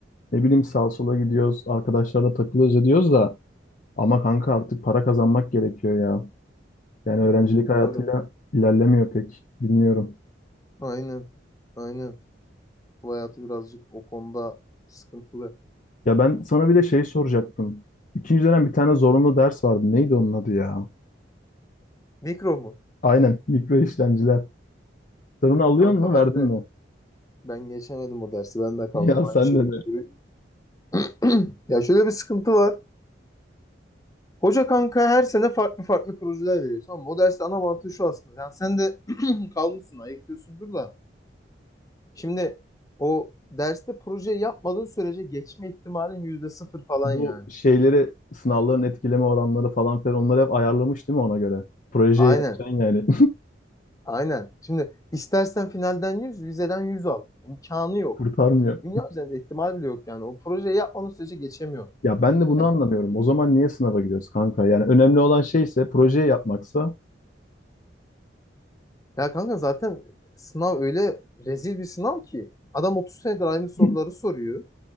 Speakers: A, on the left (about 45°); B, on the left (about 20°).
A: Ne bileyim sağa sola gidiyoruz. Arkadaşlarla takılıyoruz ediyoruz da. Ama kanka artık para kazanmak gerekiyor ya. Yani öğrencilik
B: Hmm,
A: hayatıyla
B: doğru.
A: ilerlemiyor pek. Bilmiyorum.
B: Aynen. Aynen. Bu hayatı birazcık o konuda sıkıntılı.
A: Ya ben sana bir de şey soracaktım. İkinci dönem bir tane zorunlu ders vardı. Neydi onun adı ya?
B: Mikro mu?
A: Aynen mikro işlemciler. Sen onu alıyor
B: Kanka
A: musun?
B: ben
A: Verdin
B: de
A: mi? <laughs>
B: ben geçemedim o dersi. Ben de kaldım
A: Ya
B: aynı
A: sen
B: şekilde.
A: de
B: duruyor- <clears throat> Ya şöyle bir sıkıntı var. Hoca kanka her sene farklı farklı projeler veriyor. Tamam mı? O derste ana mantığı şu aslında. Yani sen de <clears throat> kalmışsın, ayıkıyorsundur da. Şimdi o derste proje yapmadığın sürece geçme ihtimalin yüzde sıfır falan
A: Bu
B: yani.
A: şeyleri, sınavların etkileme oranları falan filan onları hep ayarlamış değil mi ona göre? Projeyi
B: Aynen.
A: yapacaksın yani.
B: Aynen. Şimdi istersen finalden 100, vizeden 100 al. İmkanı yok.
A: <laughs> Kurtarmıyor.
B: Dünya üzerinde ihtimal bile yok yani. O projeyi yapmanın sürece geçemiyor.
A: Ya ben de bunu
B: Ya,
A: anlamıyorum. O zaman niye sınava giriyoruz kanka? Yani önemli olan şeyse, projeyi yapmaksa
B: ya kanka zaten sınav öyle rezil bir sınav ki. Adam 30 senedir aynı soruları
A: <laughs>
B: soruyor.